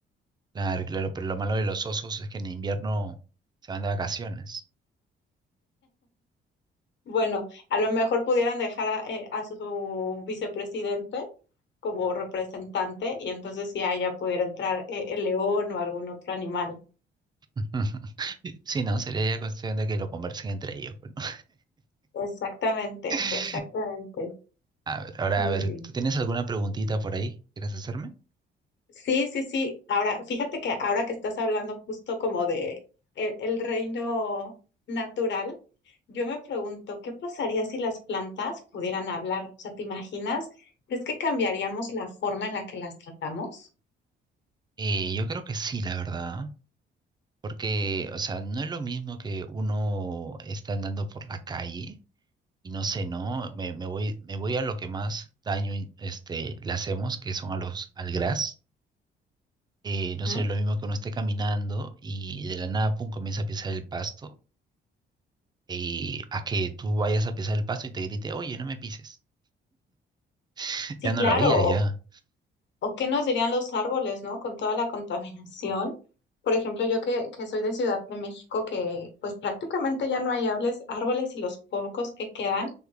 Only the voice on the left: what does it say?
Bueno, a lo mejor pudieran dejar a, eh, a su vicepresidente como representante y entonces ya, ya pudiera entrar eh, el león o algún otro animal.
Exactamente,
exactamente.
Muy
bien.
Sí, sí, sí. Ahora, fíjate que ahora que estás hablando justo como de el, el reino natural, yo me pregunto, ¿qué pasaría si las plantas pudieran hablar? O sea, ¿te imaginas? ¿Crees que cambiaríamos la forma en la que las tratamos?
¿Mm?
Sí,
claro.
¿O qué nos dirían los árboles, ¿no? Con toda la contaminación. Por ejemplo, yo que, que soy de Ciudad de México, que pues prácticamente ya no hay árboles, árboles y los pocos que quedan,